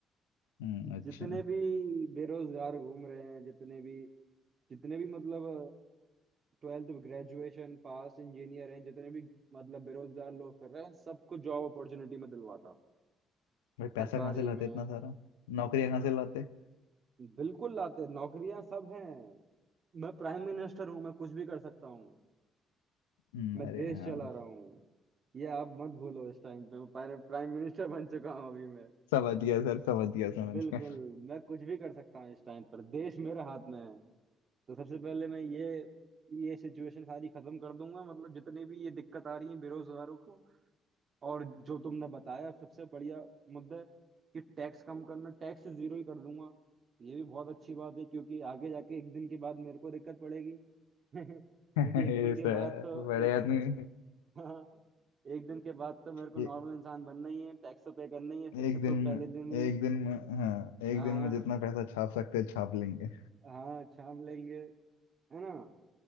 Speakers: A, on the left; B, on the right.
A: हम्म, अच्छा
B: जितने भी बेरोजगार घूम रहे हैं जितने भी जितने भी मतलब ट्वेल्थ ग्रेजुएशन पास इंजीनियर हैं जितने भी मतलब बेरोजगार लोग कर रहे हैं उन सबको जॉब अपॉर्चुनिटी में दिलवाता
A: भाई पैसा
B: सरकारी
A: कहाँ से लाते
B: में
A: इतना सारा नौकरियां कहाँ से लाते <laughs>
B: बिल्कुल लाते नौकरियां सब हैं मैं प्राइम मिनिस्टर हूँ मैं कुछ भी कर सकता हूँ
A: हम्म,
B: मैं
A: अरे
B: देश
A: हाँ
B: चला रहा हूँ ये आप मत भूलो इस टाइम पे मैं प्राइम मिनिस्टर बन चुका हूँ अभी मैं।
A: <laughs> समझ गया सर समझ गया
B: बिल्कुल
A: समझ गया
B: मैं कुछ भी कर सकता हूँ इस टाइम पर देश मेरे हाथ में है तो सबसे पहले मैं ये ये सिचुएशन सारी खत्म कर दूंगा मतलब जितने भी ये दिक्कत आ रही है बेरोजगारों को और जो तुमने बताया सबसे बढ़िया मुद्दा है कि टैक्स कम करना टैक्स जीरो ही कर दूंगा ये भी बहुत अच्छी बात है क्योंकि आगे जाके एक दिन के बाद मेरे को दिक्कत पड़ेगी <laughs> क्योंकि
A: <laughs>
B: एक
A: ये
B: दिन के
A: सर
B: बाद तो
A: बड़े आदमी
B: एक <laughs> एक दिन के बाद तो मेरे को
A: ये
B: नॉर्मल इंसान बनना ही है टैक्स तो पे करना ही है अच्छा
A: एक दिन
B: तो
A: में
B: पहले दिन ही
A: एक दिन में हाँ एक
B: हाँ,
A: दिन में जितना पैसा छाप सकते हैं छाप लेंगे
B: हाँ छाप लेंगे है ना